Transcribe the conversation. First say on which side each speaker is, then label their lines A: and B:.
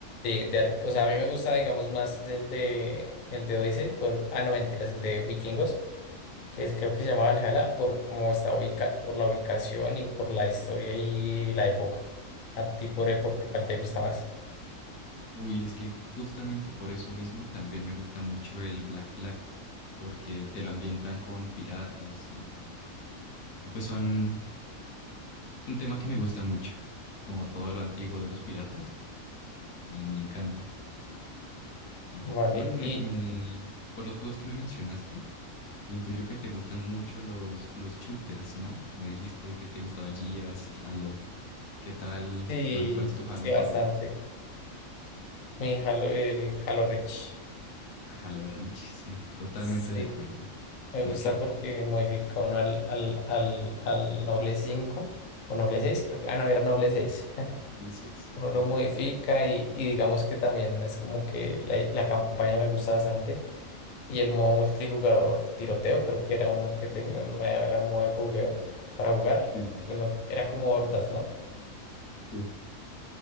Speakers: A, on the left; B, on the left.
A: de ar- o sea, a mí me gusta, digamos, más el de, el de Odyssey, por, ah, no, mentiras, el de Vikingos, que es- creo que se llamaba Valhalla, por cómo está
B: Valhalla.
A: ubica, por la ubicación y por la historia y la época. A ti por época, ¿cuál te gusta más?
B: Uy, es que ju- justamente por eso mismo también me gusta mucho el Black Flag, porque te lo ambientan con piratas y, y pues son, es un tema que me gusta mucho, como todo lo antiguo de los piratas, eh, me encanta. Y
A: Vale,
B: bueno, me,
A: y
B: me- por los juegos que me mencionaste, intuyo que te gustan mucho los, los shooters, ¿no? Me dijiste que te gustaba Gears y Halo. ¿Qué tal?
A: sí,
B: Bueno, ¿cuál es tu Halo
A: sí, bastante.
B: favorito?
A: Mi Halo, el Halo Reach.
B: Ah, Halo Reach, sí, totalmente
A: Sí,
B: de acuerdo.
A: me
B: ¿Por
A: gusta
B: qué?
A: porque modifica uno al, al, al, al Noble cinco o Noble seis creo que, ah, no, era Noble seis
B: Halo 6.
A: uno
B: Sí,
A: lo modifica y, y digamos que también es como que la, la campaña me gusta bastante y el modo multijugador tiroteo creo que era uno que tenía una- era un modo de jugueo para jugar
B: sí, sí.
A: que uno era como hordas ¿no?
B: sí.